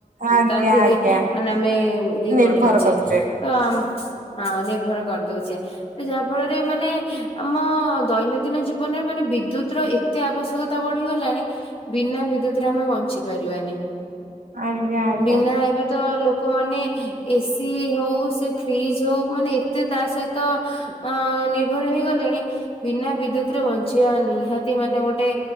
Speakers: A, on the right (about 80°); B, on the left (about 45°).
A: ଆଜ୍ଞା
B: ତା ଧିଅରେ
A: ଆଜ୍ଞା
B: ମାନେ ଆମେ ଇଏ
A: ନିର୍ଭର
B: କରିଦଉ।
A: କରୁଛେ।
B: ତ ଆମ ହଁ, ନିର୍ଭର କରିଦଉଛେ। ଯାହା ଫଳରେ ମାନେ ଆମ ଦୈନନ୍ଦିନ ଜୀବନରେ ମାନେ ବିଦ୍ୟୁତର ଏତେ ଆବଶ୍ୟକତା ବଢିଗଲାଣି, ବିନା ବିଦ୍ୟୁତରେ ଆମେ ବଞ୍ଚି ପାରିବାନି।
A: ଆଜ୍ଞା ଆଜ୍ଞା
B: ବିନା ଏବେ ତ ଲୋକମାନେ ଏସି ଏସି ହଉ, ସେ ଫ୍ରିଜ ହଉ, ମାନେ ଏତେ ତା ସହିତ ଅ ନିର୍ଭର ହେଇଗଲେଣି ବିନା ବିଦ୍ୟୁତରେ ବଞ୍ଚିବା ନିହାତି ମାନେ ଗୋଟେ